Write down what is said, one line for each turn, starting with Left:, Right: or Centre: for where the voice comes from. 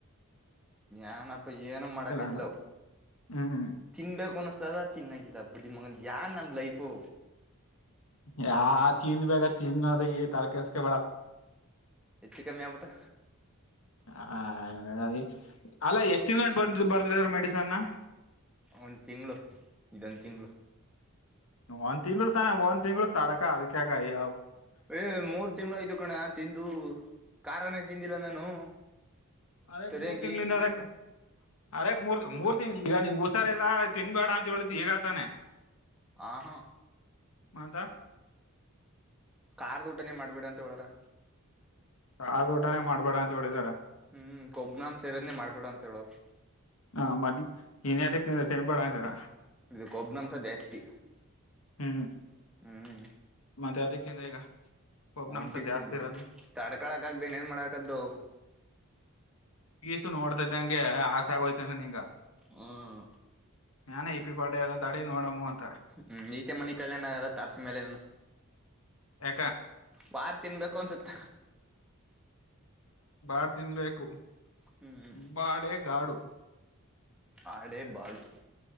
Centre: ಏನಪ್ಪ ಏನು ಮಾಡಕ್ ಆಯ್ತಿಲ್ಲ
Left: ಅಂದ್ರ ಹ್ಮ್
Centre: ತಿನ್ನಬೇಕ ಅಸ ತಿನ್ನಾಗಿಲ್ಲ ಬಡ್ಡಿ ಮಗಂದ ಯನ್ ನಮ ಲೈಪು.
Left: ಹಾ ತಿನ ಬೇಗ ತಿನ್ನೋದ ತಲೆ ಕೆರ್ಸ್ಕ ಬೇಡ.
Centre: ಹೆಚ್ಚ ಕಮ್ಮಿ ಆಗ್ಬಿಟ್ಟ.
Left: ಹ ಅಲ್ಲ ಎಷ್ಟ್ ದಿನ ಬ ಬರ್ತಿದಾರ ಮೆಡಿಸನ್.
Centre: ಒಂದ ತಿಂಗಳು ಇದೊಂದ ತಿಂಗಳು.
Left: ಒಂದ್ ತಿಂಗ್ಗಳು ತಾನೆ ಒಂದ್ ತಿಂಗ್ಗಳು ತಡಕ ಅದಕ ಯ
Centre: ಏ ಮೂರ್ ತಿಂಗಳು ಆಯ್ತು ಕಣೆ ತಿಂದು ಖಾರನೇ. ತಿಂದಿಲ್ಲ ನಾನು
Left: ಅದಕ್
Centre: ಸರಿಯಾಗಿ
Left: ಮೂರ್ ತಿಂಗಳಿಂದ ಅದಕ್ ಅದಕ್ ಮೂರ್ ಮೂರ್ ತಿಂಗ ಈಗ ನೀ ಹುಸಾರಲ್ಲ ತಿನ್ಬೇಡ ಅಂತ ಹೇಳಿದ ಈಗ ಆತಾನೆ
Centre: ಆ ಹ
Left: ಮಾದ
Centre: ಕಾರ್ ಟನೇ ಮಾಡ್ಬೇಡ ಅಂತ ಹೇಳರ
Left: ಸಾರು ಊಟಾನೇ ಮಾಡ್ಬೇಡ ಅಂತ ಹೇಳಿದಾರ
Centre: ಹ್ಮ್ ಕೊಬ್ನಾಮ್ ಸೇರನೇ ಮಾಡ್ಬೇಡ ಅಂತ ಹೇಳೋರು
Left: ಹಾ ಮದ್ ನ್ಯ್ ತಿನ್ಬೇಡಂಗಾರ
Centre: ಇದು ಕೊಬ್ನಂತ ಜೇಸ್ತಿ
Left: ಹ್ಮ್
Centre: ಹಾ
Left: ಮತ್ತೆ ಅದಕ್ಕೆಂದ್ರ ಈಗ ಒಬ್ನಂಶ
Centre: ಒಂಟಿಸ್ತನ್
Left: ಜಾಸ್ತಿ
Centre: ಬಿಟ್ಟಿ
Left: ಇರೋದು
Centre: ತಡ್ಕಳಕ ಆಗ್ದೇನ್ ಏನ್ ಮಾಡಕದ್ದು
Left: ಪೀಸು ನೋಡ್ತಾ ಇದಿದ್ದಂಗೆ ಆಸೆ ಆಗೋಯ್ತನೆ ನಿಂಗ
Centre: ಹ್ಮ್
Left: ನಾನೇ ಇಪಿ ಪಾಡ ಅದ ತಡೆ ನೋಡಮ್ಮ ಅಂತ
Centre: ಹ್ಮ್ ಈಚೆ ಮನ ಕಡನಗದ ತಾರ್ಸಿ ಮೇಲೆ ಏನ
Left: ಎ
Centre: ವಾರ್ ತಿನ್ಬೇಕು ಅನ್ಸುತ್ತ
Left: ಬಾಡ್ ತಿನ್ಬೇಕು
Centre: ಹ್ಮ್
Left: ಬಾಡೇ ಗಾಡು
Centre: ಆಡೇ ಬಾಡು